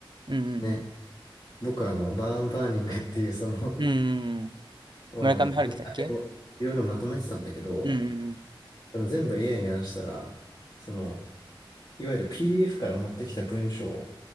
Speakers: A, on the right; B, on the left.
A: うんうん
B: ね、僕はあの、バーンバーニングっていうその
A: うん。うんうんうん。
B: あの、
A: 村上春樹だっけ
B: ねあれをいろいろまとめてたんだけど、
A: うんうんうん。
B: その全部 AI にやらしたら、その、いわゆる PDF から持ってきた文章